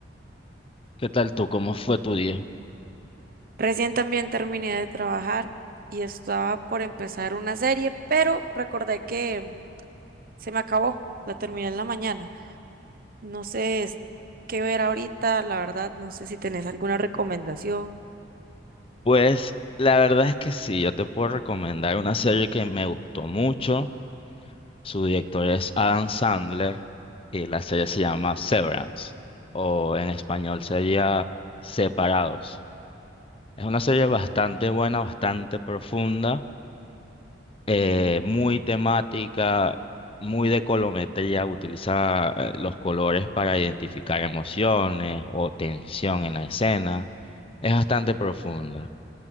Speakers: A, on the left; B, on the right.
A: ¿Qué tal tú? ¿Cómo fue tu día?
B: Recién también terminé de trabajar y estaba por empezar una serie, pero recordé que se me acabó. La terminé en la mañana. No sé es- qué ver ahorita, la verdad, no sé si tenés alguna recomendación,
A: Pues la verdad es que sí, yo te puedo recomendar una serie que me gustó mucho. Su director es Adam Sandler y la serie se llama Severance o en español sería Separados. Es una serie bastante buena, bastante profunda eh, muy temática, muy de colometría, utiliza eh, los colores para identificar emociones o tensión en la escena. Es bastante profunda.